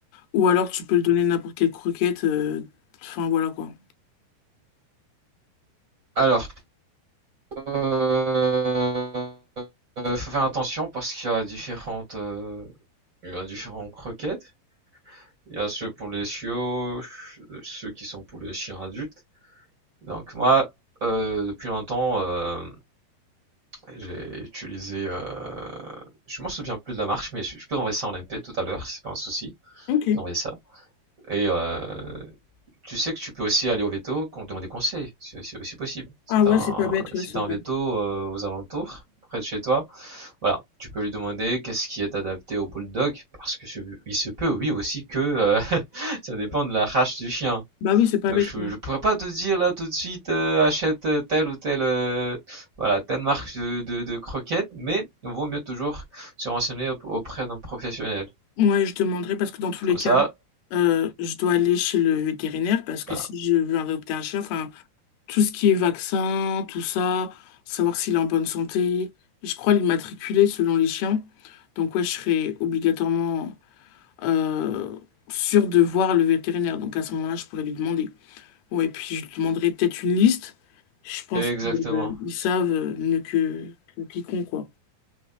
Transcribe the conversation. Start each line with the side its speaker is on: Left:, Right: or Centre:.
Left: ou alors tu peux le donner n'importe quelle croquette, euh, enfin voilà quoi.
Right: Alors, euh, euh, faut faire attention parce qu'il y a différentes, euh, il y a différentes croquettes. Il y a ceux pour les chiots, ch- ceux qui sont pour les chiens adultes. Donc moi, euh, depuis longtemps, euh, j'ai utilisé, euh, je m'en souviens plus de la marque, mais je, je peux envoyer ça en MP tout à l'heure, c'est pas un souci.
Left: Ok.
Right: Je peux envoyer ça. Et euh, Tu sais que tu peux aussi aller au veto, qu'on te demande des conseils, c'est c'est aussi possible. Si
Left: Ah
Right: t'as
Left: ouais,
Right: un,
Left: c'est pas bête,
Right: si
Left: ouais, c'est
Right: t'as
Left: vrai.
Right: un veto euh, aux alentours, près de chez toi, voilà, tu peux lui demander qu'est-ce qui est adapté au bulldog, parce que ce- il se peut, oui aussi que euh, <laughs> ça dépend de la race du chien.
Left: Bah oui, c'est pas
Right: Donc
Left: bête,
Right: je,
Left: ouais.
Right: je pourrais pas te dire là tout de suite euh, achète euh, telle ou telle euh, voilà telle marque de, de, de croquettes, mais il vaut mieux toujours se renseigner aup- auprès d'un professionnel.
Left: Ouais, je demanderai parce que dans tous
Right: Comme
Left: les cas,
Right: ça,
Left: euh, je dois aller chez le vétérinaire parce que
Right: voilà,
Left: si je veux adopter un chien, enfin, tout ce qui est vaccin, tout ça, savoir s'il est en bonne santé. Je crois l'immatriculer selon les chiens. Donc ouais, je serais obligatoirement euh, sûr de voir le vétérinaire. Donc à ce moment-là, je pourrais lui demander. Ouais, puis je lui demanderais peut-être une liste. Je pense
Right: exactement,
Left: qu'ils savent euh, mieux que, que quiconque, quoi.